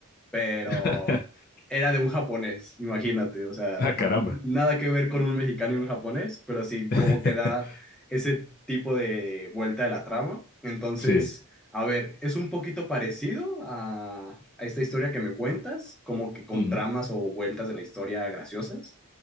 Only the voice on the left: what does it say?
<laughs>
Ah, caramba.
<laughs>
Sí,
ujú,